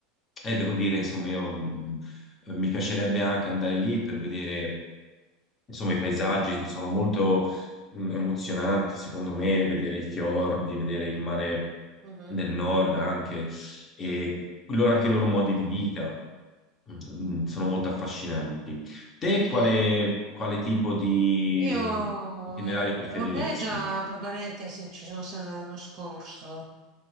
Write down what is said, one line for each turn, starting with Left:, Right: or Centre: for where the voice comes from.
Left: E devo dire, insomma, io mm, eh, Mi piacerebbe anche andare lì per vedere, insomma, i paesaggi sono molto mm, emozionanti, secondo me, vedere i fiordi, vedere il mare
Right: Mhm,
Left: del nord anche, e loro, anche i loro modi di vita, mm, mm, sono molto affascinanti. Te
Right: Sì.
Left: quale, quale tipo di
Right: Io
Left: mm, itinerario
Right: in
Left: preferiresti?
Right: in Norvegia, tra parentesi, ci sono stata l'anno scorso.